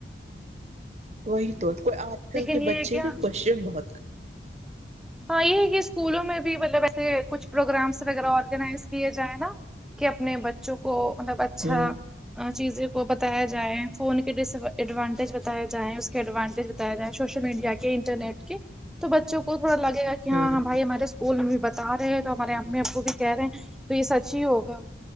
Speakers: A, on the right; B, in the centre.
A: وہی تو کوئی آج کل
B: لیکن
A: کے
B: یہ
A: بچے
B: ہے کیا
A: نا کوشچن بہت کا
B: ہاں یہ ہے کہ اسکولوں میں بھی مطلب ایسے کچھ پروگرامس وغیرہ آرگنائز کیے جایے نا کہ اپنے بچوں کو مطلب اچھا
A: ہیں۔ ہوں
B: چیزیں کو بتایا جائیں فون کے ڈیساڈوانٹیج بتاائے جائیں اس کے ایڈوانٹیج بتایا جائے سوشل میڈیا کے انٹرنیٹ کے تو بچوں کو تھوڑا لگےا کہ ہاں
A: ہوں
B: ہاں بھائی ہمارے اس کول میں بتا رہے ہیں تو ہمارے امی ابو بھی کہہ رہے ہیں تو یہ سچ ہی ہوگا